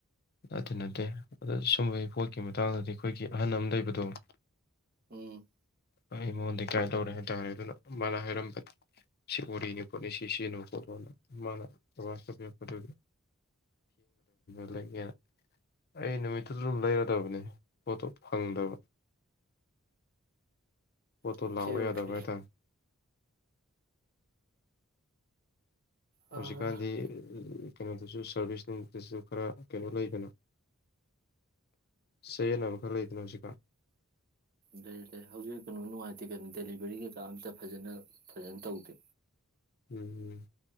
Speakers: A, on the left; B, on the right.
A: ꯅꯠꯇꯦ ꯅꯠꯇꯦ ꯑꯗ ꯁꯨꯝꯕꯒꯤ ꯄꯣꯠꯀꯤ ꯃꯇꯥꯡꯗꯗꯤ ꯑꯩꯈꯣꯏꯒꯤ ꯑꯍꯟ ꯑꯃ ꯂꯩꯕꯗꯣ
B: ꯎꯝ
A: ꯑꯩ ꯑꯩ ꯃꯉꯣꯟꯗꯤ ꯀꯃꯥꯏꯅ ꯇꯧꯔꯦ ꯍꯥꯏ ꯇꯥꯔꯦ ꯑꯗꯨꯅ ꯃꯥꯅ ꯍꯥꯏꯔꯝꯕ ꯁꯤ ꯑꯣꯏꯔꯤꯅꯤ ꯄꯣꯠꯅꯤ ꯁꯤ ꯁꯤꯖꯤꯟꯅꯨ ꯄꯣꯠꯂꯣꯅ ꯃꯥꯅ ꯕꯥꯖ ꯇꯧꯕꯤꯔꯛꯄꯗꯨꯒꯤ <unintelligible> ꯑꯩ ꯅꯨꯃꯤꯠꯇꯨꯗ ꯑꯗꯨꯝ ꯂꯩꯔꯗꯕꯅꯦ ꯄꯣꯠꯇꯣ ꯐꯪꯗꯕ ꯄꯣꯠꯇꯣ
B: ꯑꯣꯀꯦ
A: ꯂꯥꯛꯑꯣ
B: ꯑꯣꯀꯦ
A: ꯌꯥꯗꯕ ꯍꯥꯏꯇꯥꯔꯦ
B: ꯎꯝ
A: ꯍꯧꯖꯤꯀꯥꯟꯗꯤ ꯀꯩꯅꯣꯗꯨꯁꯨ ꯁꯥꯔꯚꯤꯁ ꯅꯨꯇꯁꯨ ꯈꯔ ꯀꯩꯅꯣ ꯂꯩꯗꯅ ꯆꯩꯌꯦꯠꯅꯕ ꯈꯔ ꯂꯩꯗꯅ ꯍꯧꯖꯤꯛꯀ
B: ꯂꯩ ꯂꯩ ꯍꯧꯖꯤꯛ ꯀꯩꯅꯣ ꯅꯨꯡꯉꯥꯏꯇꯦ ꯀꯩꯅꯣ ꯗꯦꯂꯤꯚꯔꯤ ꯀꯩꯀꯥ ꯑꯝꯇ ꯐꯖꯅ ꯐꯖꯅ ꯇꯧꯗꯦ
A: ꯎꯝ